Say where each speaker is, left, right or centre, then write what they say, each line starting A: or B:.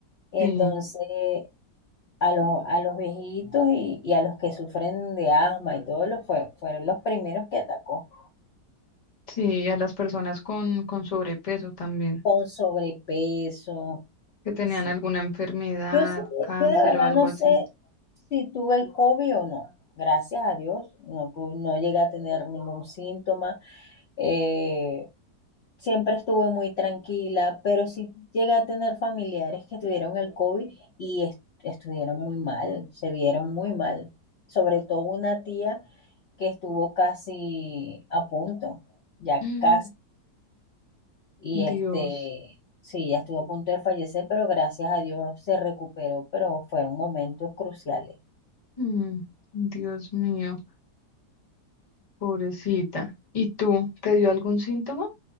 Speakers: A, on the left; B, on the left.
A: Entonces,
B: Sí,
A: a los, a los viejitos y, y a los que sufren de asma y todo lo fue, fueron los primeros que atacó,
B: sí, a las personas con, con sobrepeso también,
A: con sobrepeso.
B: que tenían
A: sí,
B: alguna enfermedad,
A: Yo, sé-
B: cáncer
A: yo de verdad
B: o algo
A: no
B: así.
A: sé si tuve el COVID o no. Gracias a Dios, no, tu- no llegué a tener ningún síntoma. Eh, siempre estuve muy tranquila, pero sí llegué a tener familiares que tuvieron el COVID y est- estuvieron muy mal, se vieron muy mal. Sobre todo una tía que estuvo casi a punto, ya
B: Mm,
A: casi y
B: Dios,
A: este, sí, ya estuvo a punto de fallecer, pero gracias a Dios se recuperó, pero fueron momentos cruciales.
B: mm, Dios mío. Pobrecita. ¿Y tú? ¿Te dio algún síntoma?